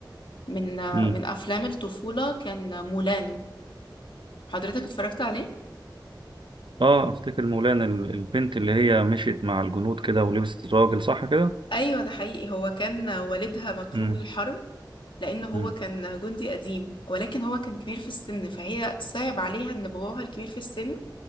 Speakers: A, on the left; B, on the right.
A: من
B: مم.
A: من افلام الطفوله كان مولان حضرتك اتفرجت عليه
B: اه افتكر مولانا ال- البنت اللي هي مشيت مع الجنود كده ولبست الراجل صح كده
A: ايوه ده حقيقي هو كان والدها مطلوب
B: مم.
A: للحرب لأن هو
B: مم.
A: كان جندي قديم ولكن هو كان كبير في السن فهي صعب عليها إن باباها الكبير في السن